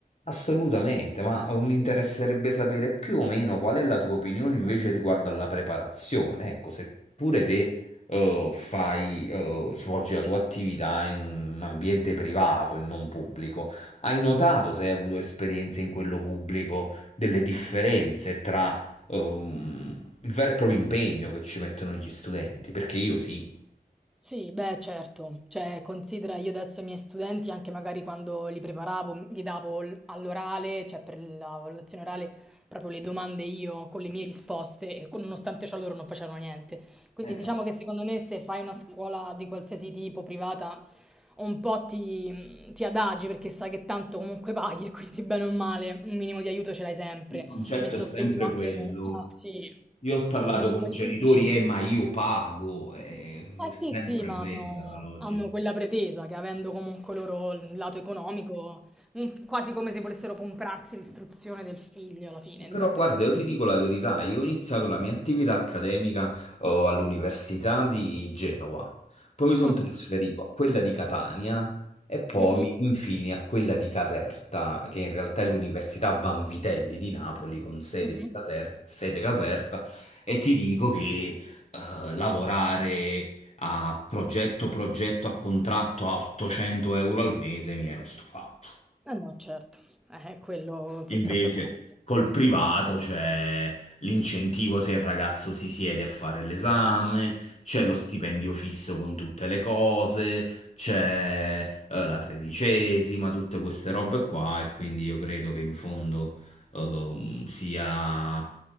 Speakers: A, on the left (about 45°); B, in the centre.
A: Assolutamente, ma eh, mi interesserebbe sapere più o meno qual è la tua opinione invece riguardo alla preparazione. Ecco, se pure te eh, fai, eh, svolgi la tua attività in un ambiente privato e non pubblico, hai notato se hai avuto esperienze in quello pubblico delle differenze tra ehm, il vero e proprio impegno che ci mettono gli studenti? Perché io sì.
B: Sì, beh, certo. Cioè, considera io adesso i miei studenti, anche magari quando li preparavo, gli davo l- all'orale, cioè per la valutazione orale, proprio le domande io con le mie risposte e con- nonostante ciò loro non facevano niente. Quindi
A: Eh,
B: diciamo che secondo me se fai una scuola di qualsiasi tipo privata, un po' ti, ti adagi perché sai che tanto comunque paghi e quindi bene o male un minimo di aiuto ce l'hai sempre.
A: il concetto
B: Mentre
A: è sempre
B: ho seguito anche
A: quello.
B: ah sì,
A: Io ho parlato
B: invece
A: con
B: quelli
A: genitori,
B: pubblici
A: eh, ma io pago, eh,
B: Eh
A: è sempre
B: sì, sì, ma
A: quella
B: hanno,
A: la logica.
B: hanno quella pretesa che avendo comunque loro il lato economico, un- quasi come se volessero comprarsi l'istruzione del figlio alla fine,
A: Però
B: di fatto
A: guarda,
B: è così.
A: io ti dico la verità, io ho iniziato la mia attività accademica oh, all'Università di Genova, poi mi sono
B: Ah,
A: trasferito a quella di Catania e poi
B: mhm,
A: infine a quella di Caserta, che in realtà è l'Università Vanvitelli di Napoli con sede,
B: mhm.
A: di Caser- sede Caserta, e ti dico che eh, lavorare a progetto, progetto a contratto a 800 euro al mese mi ero stufato.
B: Eh no, certo, eh, quello purtroppo
A: Invece
B: è così.
A: col privato c'è l'incentivo se il ragazzo si siede a fare l'esame, c'è
B: Mm.
A: lo stipendio fisso con tutte le cose, c'è eh, la tredicesima, tutte queste robe qua e quindi io credo che in fondo ehm, sia